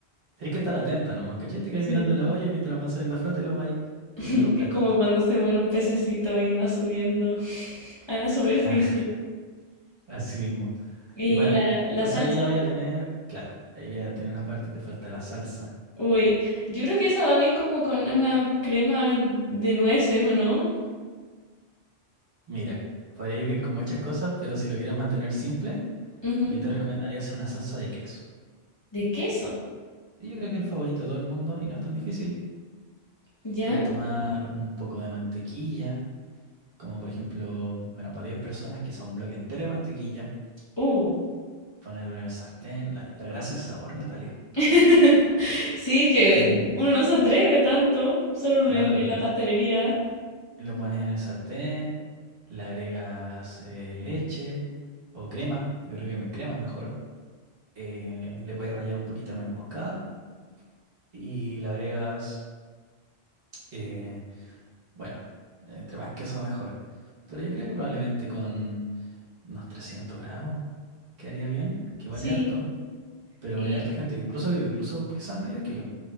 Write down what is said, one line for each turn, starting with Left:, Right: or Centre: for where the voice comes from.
Right: tenéis que estar atenta nomás. ¿Cachai? Te quedáis
Left: Sí.
Right: mirando la olla y mientras van saliendo a flote los vais poniendo
Left: <laughs>
Right: en un platito.
Left: Es como cuando se muere un pececito y va subiendo <laughs> a la superficie.
Right: <laughs> Ah, Así mismo.
Left: Y
Right: Y bueno,
Left: la, la
Right: entonces
Left: salsa.
Right: ahí ya vaya a tener, claro, ahí vaya a tener una parte y te falta la salsa.
Left: Uy, yo creo que esa va bien como con una crema de nueces, ¿o no?
Right: Mira, podéis bien con muchas cosas, pero si lo quieres mantener simple.
Left: Ujú.
Right: Yo te recomendaría hacer una salsa de queso.
Left: De queso,
Right: Y yo creo que es el favorito de todo el mundo y no es tan difícil.
Left: ¿ya?
Right: Puedes tomar un poco de mantequilla, como por ejemplo, bueno, para 10 personas, quizá un bloque entero de mantequilla,
Left: Uh.
Right: ponerlo en el sartén, la, la grasa es sabor, Natalia.
Left: <laughs> Sí, es que
Right: Y
Left: uno no se atreve tanto, solo
Right: claro,
Left: en, en
Right: y
Left: la
Right: lo,
Left: pastelería.
Right: lo pones en el sartén, le agregas eh, leche o crema, yo creo que me- crema es mejor. eh, le puedes rallar un poquito de nuez moscada y le agregas eh, Bueno, entre más queso mejor. Pero yo creo que probablemente con unos 300 gramos quedaría bien, que vale
Left: Sí,
Right: harto, pero
Left: y
Right: hay harta gente, incluso, incluso quizás medio kilo.